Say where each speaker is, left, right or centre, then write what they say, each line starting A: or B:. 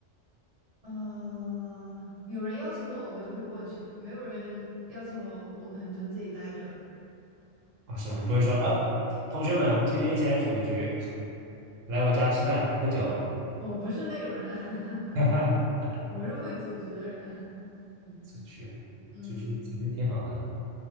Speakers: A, on the right (about 30°); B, on the right (about 85°).
A: 呃，有人邀请我，我就会过去；没有人邀请我，我可能就自己待着。
B: 啊，是吧？你不会说啊，同学们，我们今天一起来组个局，来我家吃饭喝酒，
A: 我不是那种人，<laughs>
B: <laughs> 哈哈，
A: 我不是会组局的人。
B: 出去，
A: <laughs> 嗯。
B: 出去，出去挺好的。